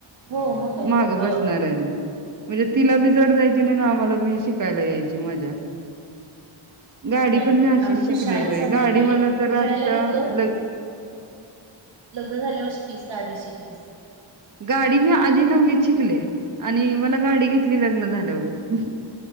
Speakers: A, on the right (about 65°); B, on the right (about 40°).
A: हो मग काय
B: मागं
A: तर हो.
B: बसणाऱ्याने
A: हो.
B: म्हणजे तिला बी जड जायची नाही ना आम्हाला बी शिकायला यायची मजा गाडी
A: नाहीतर
B: पण मी अशीच
A: काय आम्ही
B: शिकली
A: तर शाळेत
B: बा
A: संध्याकाळी
B: गाडी मला तर
A: खेळायला
B: आता
A: घेतलो
B: ल
A: लग्न झाल्यावर शिकलीस का आधी शिकलीस
B: गाडी मी आधी नवीत शिकले आणि मला गाडी घेतली लग्न झाल्यावर